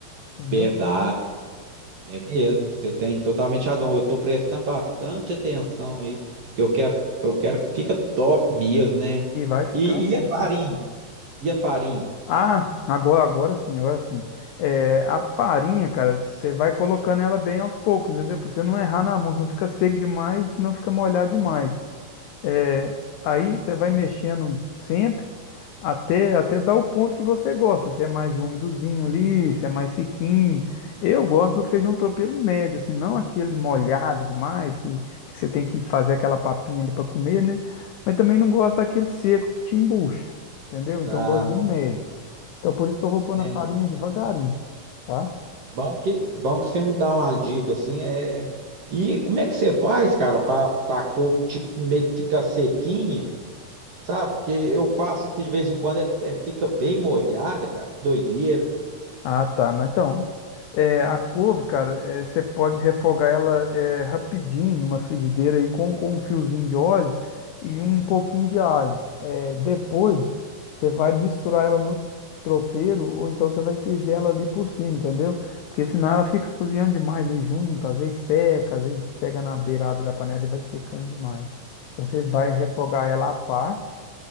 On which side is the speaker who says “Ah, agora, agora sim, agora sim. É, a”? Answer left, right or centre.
Left